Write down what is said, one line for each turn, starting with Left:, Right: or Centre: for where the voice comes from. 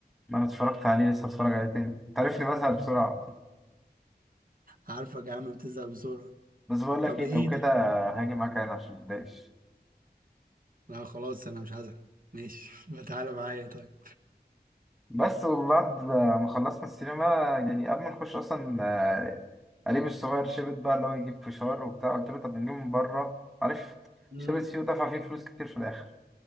Centre: أنا اتفرجت عليه لسه اتفرج عليه تاني أنت عارفني بزهق بسرعة
Right: عارفك يا عم بتزهق بسرعة
Centre: بس بقول لك
Right: طب
Centre: إيه
Right: ايه
Centre: لو كده
Right: طيب
Centre: هاجي معاك أنا عشان متضايقش
Right: لا خلاص انا مش هزهق ماشي <laughs> ما تعالى معايا طيب
Centre: بس وبعد ما خلصنا السينما يعني قبل ما نخش اصلا آه، قريبي الصغير شبت بقى اللي هو يجيب فشار وبتاع قلت له طب نجيب من بره عارف
Right: مم.
Centre: شبت فيه ودفع فيه فلوس كتير في الاخر